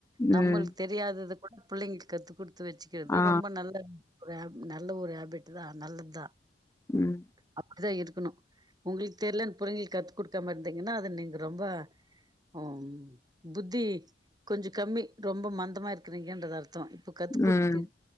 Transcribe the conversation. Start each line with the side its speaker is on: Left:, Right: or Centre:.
Right: நம்மள்து
Left: ம்
Right: தெரியாதது கூட பிள்ளைங்க கத்து கொடுத்து வச்சுக்கிறது
Left: ஆ
Right: ரொம்ப நல்லது ஒரு நல்ல ஒரு ஹேபிட் தா நல்லது தா
Left: உம்
Right: அப்படித்தா இருக்கணும் உங்களுக்கு தெரியலன் பிள்ளைங்களுக்கு கத்து குடுக்காம இருந்தீங்கன்னா அத நீங்க ரொம்ப ஓ புத்தி கொஞ்சோ கம்மி ரொம்ப மந்தமா இருக்குரிங்கன்றது அர்த்தம் இப்ப கத்து குடுத்து
Left: ம்